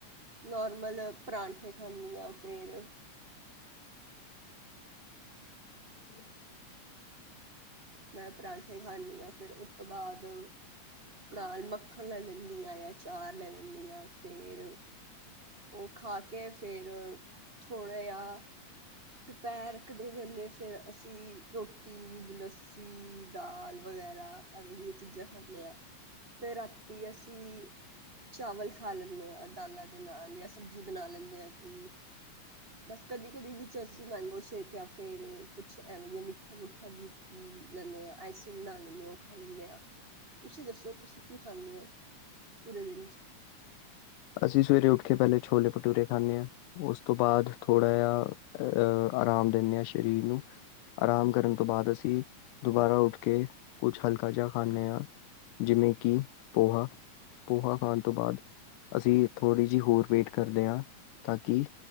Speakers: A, on the right; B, on the left.
A: ਨੋਰਮਲ ਪਰਾਂਠੇ ਖਾਣੀ ਆ ਫੇਰ
B: <unintelligible>
A: ਮੈਂ ਪਰਾਂਠੇ ਖਾਂਦੀ ਹਾਂ ਫੇਰ ਉਸ ਤੋਂ ਬਾਅਦ ਨਾਲ ਮੱਖਣ ਲੈ ਲੈਂਦੀ ਹਾਂ ਜਾਂ ਚਾਰ ਲੈ ਲੈਂਦੀ ਹਾਂ ਫੇਰ ਉਹ ਖਾ ਕੇ ਫੇਰ ਥੋੜ੍ਹਾ ਜਿਹਾ ਦੁਪਹਿਰ ਕ ਦੇ ਵੇਲੇ ਫਿਰ ਅਸੀਂ ਰੋਟੀ ਵੀ ਲੱਸੀ ਦਾਲ ਵਗੈਰਾ ਐਵੇਂ ਦੀਆਂ ਚੀਜ਼ਾਂ ਖਾਂਦੇ ਹਾਂ ਫਿਰ ਰਾਤੀ ਅਸੀਂ ਚਾਵਲ ਖਾ ਲੈਂਦੇ ਹਾਂ ਦਾਲਾਂ ਦੇ ਨਾਲ ਜਾਂ ਸਬਜ਼ੀ ਬਣਾ ਲੈਂਦੇ ਹਾਂ ਕੋਈ ਬਸ ਕਦੀ ਕਦੀ ਵੀ ਅਸੀ ਮਾਂਗੋ ਸ਼ੇਕ ਜਾਂ ਫੇਰ ਕੁਛ ਐਵੇਂ ਜਿ ਮਿੱਠਾ ਮੱਠਾ ਵੀ ਕੀ ਲੈਂਦੇ ਆਾ ਆਈਸਕ੍ਰੀਮ ਬਣਾ ਲੈਂਦੇ ਆ ਉਹ ਖਾਣੇ ਆ ਤੁਸੀਂ ਦੱਸੋ ਤੁਸੀਂ ਕੀ ਖਾਂਦੇ ਹੋ ਪੂਰੇ ਦਿਨ ਚ।
B: ਅਸੀਂ ਸਵੇਰੇ ਉੱਠ ਕੇ ਪਹਿਲੇ ਛੋਲੇ ਭਟੂਰੇ ਖਾਂਣੇ ਹਾਂ ਉਸ ਤੋਂ ਬਾਅਦ ਥੋੜਾ ਜਿਹਾ ਅਹ ਆਰਾਮ ਦਿੰਦੇ ਹਾਂ ਸਰੀਰ ਨੂੰ ਆਰਾਮ ਕਰਨ ਤੋਂ ਬਾਅਦ ਅਸੀਂ ਦੁਬਾਰਾ ਉੱਠ ਕੇ ਕੁਛ ਹਲਕਾ ਜਿਹਾ ਖਾਂਣੇ ਹਾਂ ਜਿਵੇਂ ਕਿ ਪੋਹਾ ਪੋਹਾ ਖਾਣ ਤੋਂ ਬਾਅਦ ਅਸੀਂ ਥੋੜ੍ਹੀ ਜਿਹੀ ਹੋਰ ਵੇਟ ਕਰਦੇ ਹਾਂ ਤਾਂ ਕਿ